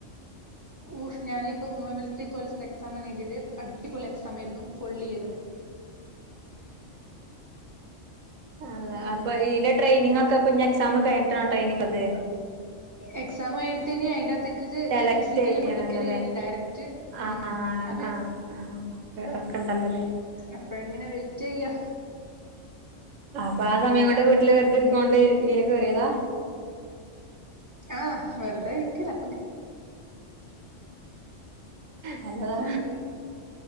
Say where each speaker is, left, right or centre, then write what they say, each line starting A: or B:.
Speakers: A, on the right; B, on the right.
A: ഓഹ് ഞാനിപ്പ വുമൺ മിലിറ്ററി പോലീസിന്റെ എക്സാം ആണ് എഴുതിയത് അടിപൊളി എക്സാം ആയിരുന്നു പൊള്ളി ആയിരുന്നു
B: അള്ളാ
A: ഉം
B: അപ്പ ഇതിന്റെ ട്രെയിനിങ്ങൊക്കെ ഇപ്പ ഇനി എക്സാമ് കിഴിഞ്ഞിട്ടാ ട്രെയിനിങ്‌ ഉള്ളത്
A: എക്സാം കഴിഞ്ഞിട്ടിനി അയിന്റ തിക്ക്ക്ക്
B: സെലക്ട്
A: ഏഹ് ഫിസിക്കല്
B: ചെയ്യണല്ലോല്ലേ
A: മെഡിക്കല് കഴിഞ്ഞ് ഡയറക്റ്റ്
B: ആഹ്
A: ഉം അതെ
B: ആഹ് ഒക്കെ ഒക്കെണ്ടല്ലോല്ലേ
A: ആഹ് അപ്പങ്ങനെ വെയിറ്റ് ചെയ്യാ
B: അപ്പൊ ആ സമയം കൊണ്ട് വീട്ടില് വെറുതെ ഇരിക്കണോണ്ട്
A: പിന്നെ
B: ഇതിലേക്ക് കേറിയതാ
A: ആഹ് വെറുതേ ഇരിക്കല്ലേ
B: നല്ലതാ
A: ഇത്